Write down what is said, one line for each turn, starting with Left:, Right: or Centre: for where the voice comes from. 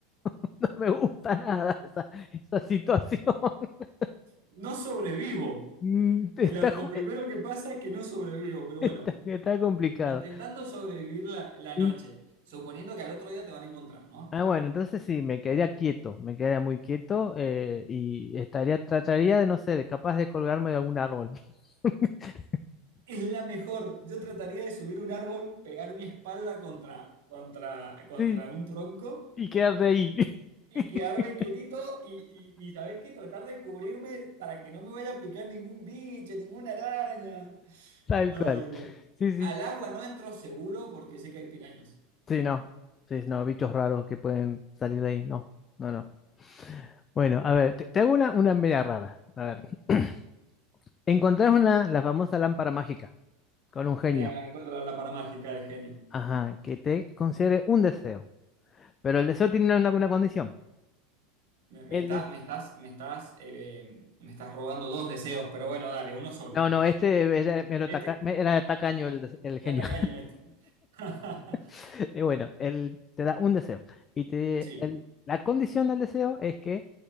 Left: <laughs> no me gusta nada esa, esa situación. <laughs>
Right: No sobrevivo.
Left: Mm, Está,
Right: Lo, lo
Left: ju-
Right: primero
Left: <laughs> eh,
Right: que pasa es que no sobrevivo, pero
Left: está,
Right: bueno,
Left: está complicado.
Right: intentando sobrevivir la, la noche,
Left: In-
Right: suponiendo que al otro día te van a encontrar, ¿no?
Left: Ah, bueno, entonces sí, me quedaría quieto, me quedaría muy quieto eh, y estaría, trataría de, no sé, de capaz de colgarme de algún árbol. <laughs>
Right: Es la mejor. Yo trataría de subir un árbol, pegar mi espalda contra, contra, contra
Left: Sí,
Right: un tronco
Left: y quedarte ahí,
Right: y
Left: <laughs>
Right: quedarme quietito y, y, y ¿sabés qué? Tratar de cubrirme para que no me vaya a picar ningún bicho, ninguna araña.
Left: tal
Right: Ay,
Left: cual.
Right: Dios.
Left: Sí, sí.
Right: Al agua no entro seguro porque sé que hay pirañas.
Left: Sí, no. Sí, no, bichos raros que pueden salir de ahí. No, no, no. Bueno, a ver, te, te hago una, una media rara. A ver. <clears throat> Encontrás una, la famosa lámpara mágica con un genio.
Right: Eh, Encuentro la lámpara mágica del genio.
Left: Ajá, que te concede un deseo. Pero el deseo tiene una, una condición.
Right: Me, me
Left: El
Right: está-
Left: deseo
Right: me estás, me estás, eh, eh, me estás robando dos deseos, pero bueno, dale, uno solo.
Left: No, no, este era, mero
Right: Este,
Left: taca- era tacaño el, des- el
Right: era
Left: genio.
Right: tacaño este. <laughs>
Left: <laughs> Y bueno, él te da un deseo. Y te,
Right: Sí.
Left: el- la condición del deseo es que